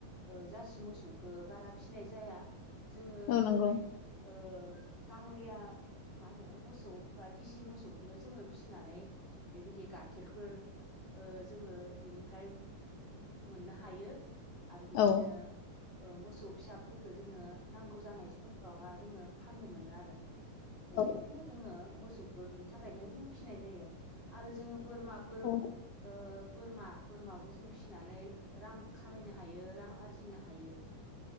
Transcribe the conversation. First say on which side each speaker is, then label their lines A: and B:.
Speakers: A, on the left; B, on the left.
A: ओ जारसि मोसौखौ बारा फिसिनाय जाया जोङो
B: औ
A: जोंनि
B: नंगौ <inaudible>
A: ओ गाङलिया मा होनो मोसौ बा दिसि मोसौखौनो जोङो फिसिनानै बेबायदि गाइखेरफोर ओ जोङो बिनिफ्राय मोननो हायो आरो बिदिनो
B: औ
A: ओ मोसौ फिसाफोरखो जोङो नांगौ जानाय समफोरावहा जोङो फाननो मोनो आरो बेबायदिनो
B: औ
A: जोङो मोसौखौ बिनि थाखायनो जोङो फिसिनाय जायो। आरो जोङो बोरमाफोर
B: औ
A: ओ बोरमा बोरमाबो जों फिसिनानै रां खामायनो हायो रां आरजिनो हायो